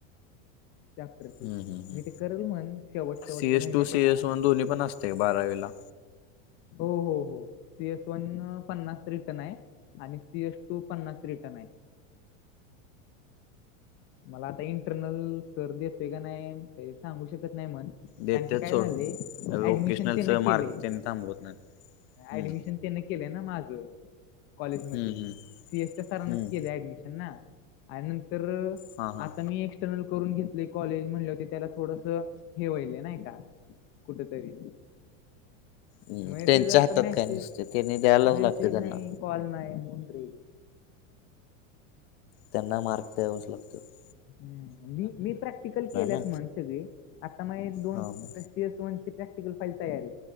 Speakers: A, on the left; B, on the left.
A: चॅप्टर ते
B: हम्.. हम्.. हम्.
A: मी ते करल म्हण शेवट शेवटच्या
B: सीएस-टू,
A: महिन्यात
B: सीएस-वन
A: आहे ना
B: दोन्ही पण असतंय का बारावीला.
A: हो.. हो.. हो. सीएस वनं, पन्नासचं रिटर्न आहे. आणि सीएस टू, पन्नास रिटर्न आहे. मला आता इंटरनल सर दतोय का नाही, काही सांगू शकत नाही म्हण.
B: देतात
A: कारण की काय
B: सोड
A: झालंय, ऍडमिशन
B: ओकेशनलचं
A: त्यानं
B: मार्क
A: केलंय.
B: त्यांनी थांबवत नाही हम्म,
A: ऍडमिशन त्यांन केलंय ना माझं, कॉलेज मध्ये.
B: हम्म, हम्म.
A: सीएसच्या सरांनं
B: हम्म,
A: केलंय, ऍडमिशन ना. आणि नंतर,
B: हां हां
A: आता मी एक्स टर्नल करून घेतले, कॉलेज म्हणल्यावर ते-त्याला थोडस हे व्हायलं नाही का? कुठं तरी?
B: हम्म,
A: मग
B: त्यांच्या
A: त्याचा आता
B: हातात
A: मेसेज,
B: काय नसते त्यांनी द्यायलाच
A: मेसेज
B: लागते त्यांना
A: नाही-कॉल नाही म्हणून रे.
B: त्यांना, मार्क द्यावंच लागतातं.
A: हंम्म्. मी, मी प्रॅक्टिकल केलेत
B: ना
A: म्हण सगळी. आता मग हे दोन
B: हा मग
A: सीएस वन ची, प्रॅक्टिकल फाईल तयार आहे.